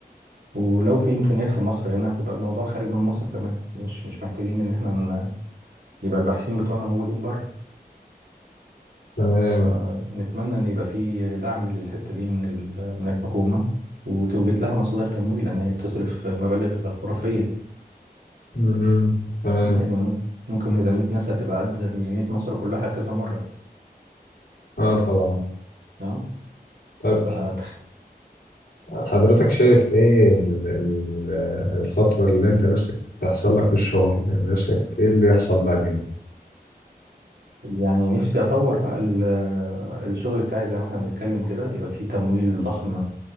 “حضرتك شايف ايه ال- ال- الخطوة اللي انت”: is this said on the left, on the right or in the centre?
Left